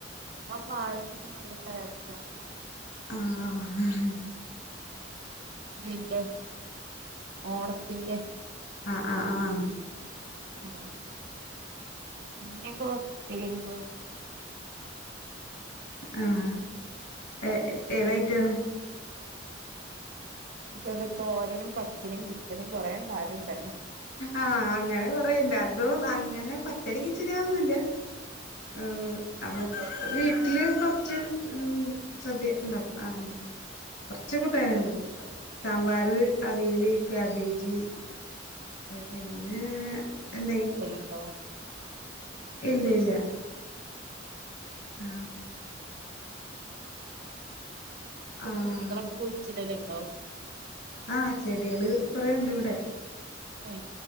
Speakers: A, on the right; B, on the left.
A: അപ്പം പായസത്തിനു നല്ല ടേസ്റ്റാണ്
B: ആഹ്
A: ഇതിന്റെ, ഓണത്തിന്റെ
B: ആഹ്.. ആഹ്.. ആഹ
A: ഉം എങ്ങനെ വയ്ക്കല് നിങ്ങള്
B: ആഹ് ഏ ഏത് ഐറ്റം ആണ്
A: ഇതൊക്കെ തോരനും പച്ചനിയും കിച്ചനും കൊറെേ ഉണ്ടാവാലുംണ്ടല്ലോ
B: ആഹ അങ്ങനെ കൊറെുണ്ട് അതും അങ്ങനെ പച്ചടി കിച്ചടി അങ്ങനൊന്നുമില്ല ഉ നമ്മുക്ക് വീട്ടില് കൊറച്ച് സദ്യ ഉണ്ടാക്കും അങ്ങനെ കുറച്ച് കൂട്ടാനകള് സാമ്പാർ അവിയല് ക്യാബേജ് പിന്നെ എന്തെങ്കിലും
A: ഉണ്ടോ <inaudible>
B: ഇല്ല ഇല്ല ആഹ് ആഹ്
A: ചെടികളൊക്കെ കുഴിച്ചിടൽ ഉണ്ടോ
B: ആഹ് ചെടികള് കൊറെുണ്ട് ഇവിടെ
A: എ